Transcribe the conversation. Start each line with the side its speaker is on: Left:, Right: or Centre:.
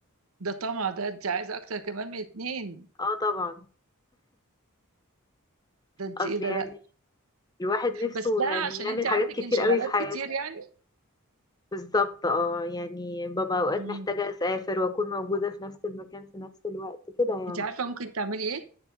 Right: ده طمع ده انت عايزة اكتر كمان من اتنين
Left: اه طبعا
Right: ده انت
Left: اصل
Right: ايه ده
Left: يعني
Right: لا
Left: الواحد نفسه
Right: بس ده
Left: يعني
Right: عشان
Left: يعمل
Right: انت عندك
Left: حاجات كتير
Right: انشغالات
Left: قوي في حياته
Right: كتير يعني
Left: بالظبط اه يعني ببقى اوقات
Right: مم.
Left: محتاجة اسافر واكون موجودة في نفس المكان في نفس الوقت كده يعني
Right: انت عارفة ممكن تعملي ايه